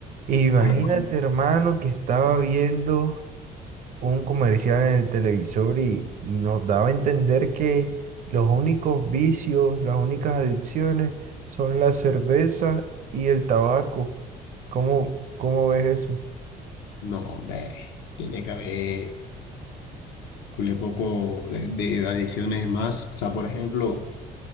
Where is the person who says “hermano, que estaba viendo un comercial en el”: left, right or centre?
Right